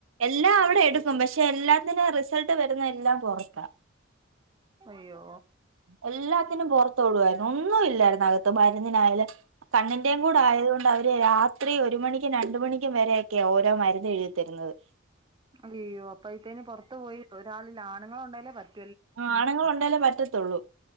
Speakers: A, on the right; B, on the right.
A: എല്ലാം അവിടെ എടുക്കും പക്ഷെ എല്ലാത്തിനും റിസൾട്ട് വരുന്ന എല്ലാം പൊറത്ത
B: അയ്യോ
A: എല്ലാത്തിനും പുറത്തോടുആയിരുന്നു ഒന്നുമില്ലായിരുന്നു അകത്ത് മരുന്നിനായാലും കണ്ണിന്റെയും കൂടെആയത് കൊണ്ട് അവര് രാ രാത്രി ഒരു മണിക്കും രണ്ട് മണിക്കും വരെയൊക്കെയ ഓരോ മരുന്ന് എഴുതിത്തരുന്നത്
B: അയ്യോ അപ്പോഴത്തിന് പുറത്തു പോയി ഒരാളിൽ ആണുങ്ങളൾണ്ടായലേ പറ്റ
A: ആ ആണുങ്ങൾ ഉണ്ടാലേ പറ്റത്തുള്ളൂ